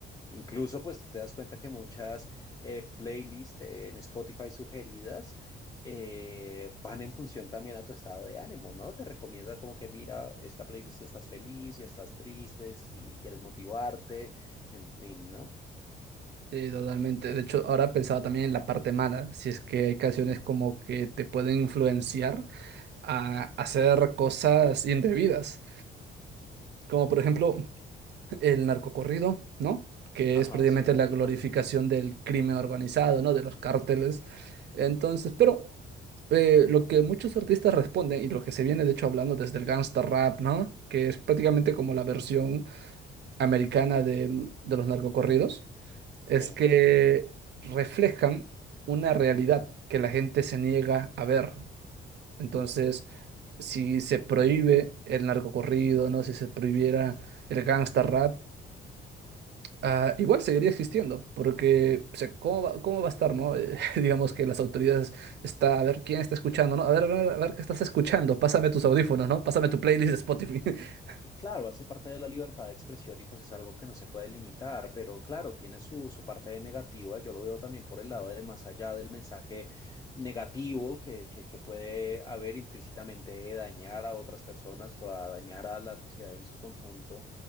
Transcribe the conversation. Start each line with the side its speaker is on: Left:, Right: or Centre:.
Left: Incluso, pues tú te das cuenta que muchas eh, playlists eh, en Spotify sugeridas eh, van en función también a tu estado de ánimo, ¿no? Te recomienda como que mira esta playlist si estás feliz, si estás triste, si quieres motivarte, en fin, ¿no?
Right: Sí, totalmente. De hecho, ahora pensaba también en la parte mala, si es que hay canciones como que te pueden influenciar a hacer cosas indebidas. Como por ejemplo, el narcocorrido, ¿no? Que
Left: Ajá,
Right: es precisamente
Left: sí, en México.
Right: la glorificación del crimen organizado, ¿no? De los cárteles. Entonces, pero eh, lo que muchos artistas responden y lo que se viene de hecho hablando desde el gangsta rap, ¿no? Que es prácticamente como la versión americana del- de los narcocorridos, es
Left: Sí.
Right: que reflejan una realidad que la gente se niega a ver. Entonces,
Left: Ujú.
Right: si se prohíbe el narcocorrido, ¿no? Si se prohibiera el gangsta rap, Ah, igual seguiría existiendo, porque, o sea, ¿cómo va, cómo va a estar, no? Eh, <laughs> digamos que las autoridades está, a ver, ¿quién está escuchando, no? A ver, a ver, a ver qué estás escuchando, pásame tus audífonos, ¿no? Pásame tu playlist de Spotify. <laughs>
Left: Claro, hace parte de la libertad de expresión y pues es algo que no se puede limitar, pero claro, tiene su, su parte de negativa. Yo lo veo también por el lado de más allá del mensaje negativo que, que, que puede haber implícitamente de dañar a otras personas o a dañar a la sociedad en su conjunto.